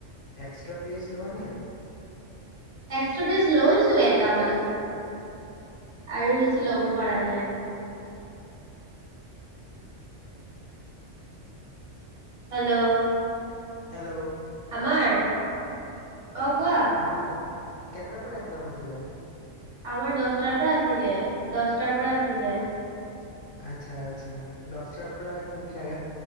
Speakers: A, on the left; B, on the right.
A: এক্সট্ৰা পেজ লোৱা নাই
B: এক্সট্ৰা পেজ লৈছো এটামান আৰু বেছি ল'ব পৰা নাই হেল্ল'
A: হেল্ল'
B: আমাৰ অ কোৱা
A: অ কেইটাৰ পৰা এক্জাম আছিলে
B: আমাৰ দচটাৰ পৰা আছিলে দচটাৰ পৰা আছিলে
A: আচ্ছা আচ্ছা দচটাৰ পৰা